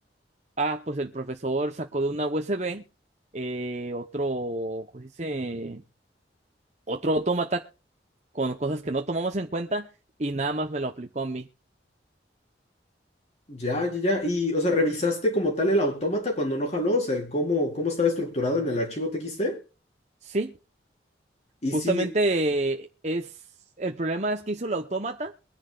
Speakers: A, on the right (about 40°); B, on the left (about 40°).
A: Ah, pues el profesor sacó de una USB eh, otro, ¿cómo se dice? Otro autómata con cosas que no tomamos en cuenta y nada más me lo aplicó a mí.
B: Ya, ya, ya. Y, o sea, ¿revisaste como tal el autómata cuando no jaló? O sea, el cómo, cómo estaba estructurado en el archivo TXT.
A: Sí,
B: Y
A: justamente
B: sí,
A: eh, es, el problema es que hizo el autómata